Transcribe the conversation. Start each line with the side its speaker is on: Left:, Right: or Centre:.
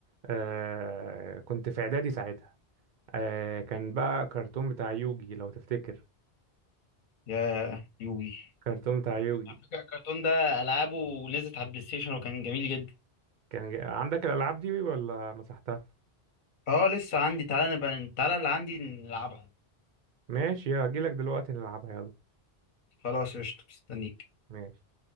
Right: آه كنت في اعدادي ساعتها آه كان بقى كرتون بتاع يوجي لو تفتكر
Left: يا يوجي
Right: كرتون بتاع يوجي
Left: على فكرة الكرتون ده ألعابه نزلت على البلاي ستيشن وكان جميل جدا
Right: كان جا- عندك الألعاب دي ولا مسحتها
Left: اه لسه عندي تعالى نبقى تعالى اللي عندي نلعبها
Right: ماشي هجيلك دلوقتي نلعبها يلا
Left: خلاص قشطة مستنيك
Right: ماشي